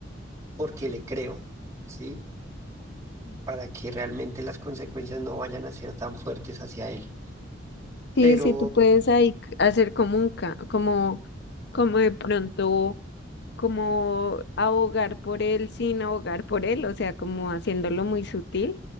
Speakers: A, on the right (about 15°); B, on the left (about 60°).
A: porque le creo. ¿sí? para que realmente las consecuencias no vayan a ser tan fuertes hacia él.
B: Sí,
A: Pero,
B: sí, tú puedes ahí c- hacer como un, ca- como, como de pronto. como abogar por él sin abogar por él, o sea, como haciéndolo muy sutil,